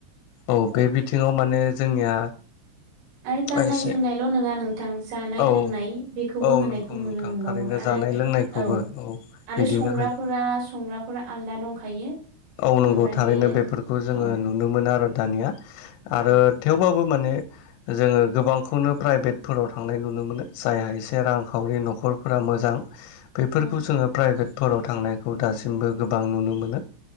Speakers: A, on the left; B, on the right.
A: औ बे बिथिङाव माने जोंनिया
B: आरो गाननाय
A: एसे
B: जोमनाय ल' नङा नोंथां जानाय
A: औ
B: लोंनाय बेखौबो
A: औ
B: होनायखौ
A: नंगौ
B: नुनो
A: नोंथां
B: मोनबावो
A: थारैनो
B: आरो
A: जानाय लोंनायखौबो
B: औ आरो
A: बिदिनो
B: संग्राफोरा
A: होनो
B: संग्राफोरा आलदा दंखायो
A: औ नांगौ
B: ओमफ्रायहायो
A: थारैनो बेफोरखौ जोङो
B: औ
A: नुनो मोनो आरो दानिया आरो
B: औ
A: थेवबाबो माने जोङो गोबांखौनो प्राइभेटफोराव थांनाय नुनो मोनो जायहा एसे रांखावरि न'खरफोरा मोजां बेफोरखौ
B: औ
A: जोङो प्राइभेट फोराव थांनायखौ दासिमबो गोबां नुनो मोनो